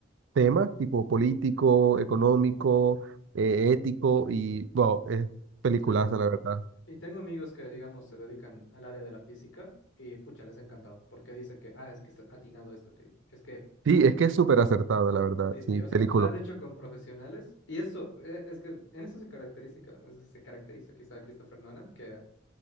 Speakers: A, on the right; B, on the left.
A: temas tipo político, económico, eh,
B: Mm.
A: ético y, wow, es peliculaza,
B: No.
A: la verdad.
B: Y tengo amigos que, digamos, se dedican al área de la física y pucha, les ha encantado porque dice que, ah, es que está atinado esto que dijo. Es que
A: Sí,
B: sí se
A: es
B: nota
A: que es
B: acá.
A: súper acertado, la verdad.
B: Sí, sí,
A: Sí,
B: o
A: película.
B: sea, lo han hecho con profesionales y eso, eh, es que en eso se caracteriza, es que se caracteriza quizá Christopher Nolan, que